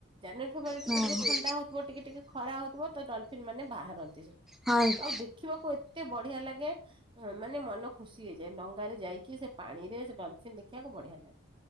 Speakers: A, on the right; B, in the centre.
A: ଜାନୁଆରୀ ଫେବୃଆରୀରେ
B: ହଁ
A: ଟିକେ ଟିକେ
B: ହଁ।
A: ଥଣ୍ଡା ହଉଥିବ, ଟିକେ ଟିକେ ଖରା ହଉ ତ ଡଲଫିନ୍ ମାନେ ବାହାରନ୍ତି ସେଠୁ
B: ହଁ।
A: ଆଉ ଦେଖିବାକୁ ଏତେ ବଢିଆ ଲାଗେ। ମାନେ ମନ ଖୁସି ହେଇଯାଏ ଡଙ୍ଗାରେ ଯାଇକି ସେ ପାଣି ରେ ଡଲଫିନ୍ ଦେଖିବାକୁ ବଢ଼ିଆ ଲାଗେ।